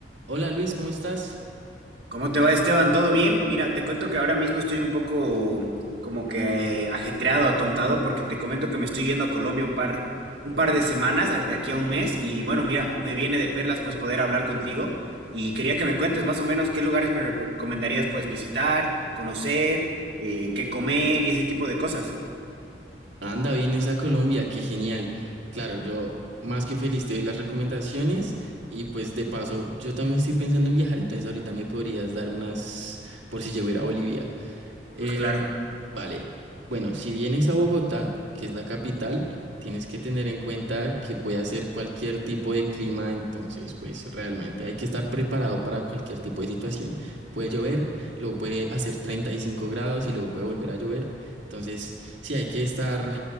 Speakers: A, on the right; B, on the right.
A: Hola Luis, ¿cómo estás?
B: ¿Cómo te va, Esteban? ¿Todo bien? Mira, te cuento que ahora mismo estoy un poco como que ajetreado, atontado, porque te comento que me estoy yendo a Colombia un par, un par de semanas, a- de aquí a un mes, y bueno, mira, me viene de perlas pues poder hablar contigo y quería que me cuentes más o menos qué lugares me recomendarías pues visitar, conocer, eh, qué comer y ese tipo de cosas.
A: Anda, vienes a Colombia, qué genial. Claro, yo más que feliz te doy las recomendaciones y pues de paso yo también estoy pensando en viajar, entonces ahorita me podrías dar unas por si llego a ir a Bolivia. Em,
B: Pues claro,
A: vale, bueno, si vienes a Bogotá, que es la capital, tienes que tener en cuenta que puede hacer cualquier tipo de clima, entonces pues realmente hay que estar preparado para cualquier tipo de situación. Puede llover, luego puede hacer 35 grados y luego puede volver a llover, entonces sí hay que estar